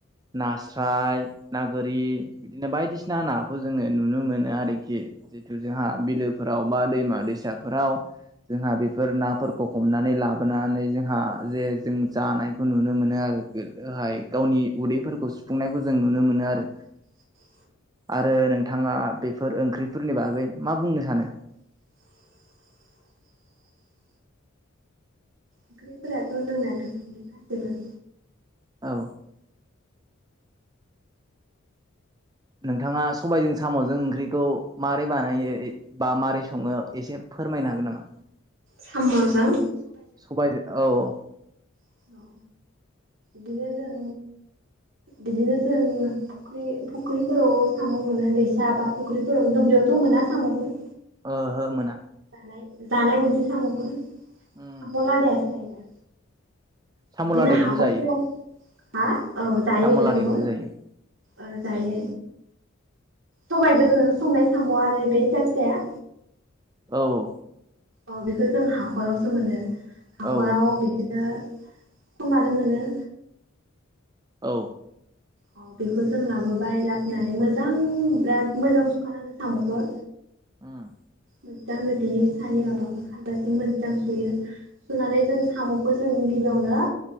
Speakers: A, on the right; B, on the right.
A: नास्राय, ना गोरि बिदिनो बायदिसिना नाखौ जोङो नुनो मोनो आरोखि जिथु जोंहा बिलो फोराव बा दैमा-दैसाफोराव जोंहा बेफोर नाफोरखौ हमनानै लाबोनानै जों आं जे जों जानायखौ नुनो मोनो आरो गोदोहाय गावनि उदैफोरखौ सुफुंनायखौ जों नु नुनो मोनो आरो
B: <unintelligible>
A: आरो नोंथाङा बेफोर ओंख्रिफोरनि बागै मा बुंनो सानो
B: <unintelligible> ओंख्रिफोराथ' जोंना बिदिनो गासिबो
A: औ नोंथाङा सबायाइजों साम'जों ओंख्रिखौ मारै बानायो बा मारै सङो एसे फोरमायनो हागोन नामा
B: साम' जों
A: स'बायजों औ औ
B: औ बिदिनो जों बिदिनो जों फख्रि फुख्रिफोराव साम' मोनो दैसा बा फुख्रिफोराव दुब्लियावथ' मोना साम'खौ
A: ओहो मोना
B: जानाय जानाय मोनसे साम'खौ
A: उम
B: साम' लादायासो थायो दा
A: साम'
B: बिदिनो
A: लादायखौबो
B: हाखर
A: जायो
B: फोराव हा औ जायो
A: साम'
B: बेखौबो
A: लादायखौबो जायो
B: ओ जायो। सबायाइजों संनाय साम' आरो बे फिसा फिसाया
A: औ औ
B: औ बेखौ जों हाखरावसो मोनो हाखराव
A: औ
B: बिदिनो ख'नबानो मोनो
A: औ।
B: अ बेखौ जों लाबोबाय लाबोनानै मोजां बिराद मोजां सुखानांगौ साम'खौ
A: उम
B: मोजांनो बिनि सानै माबाखौ खाजासे मोजां सुयो सुनानै जों साम'खौ जों गिबियावनो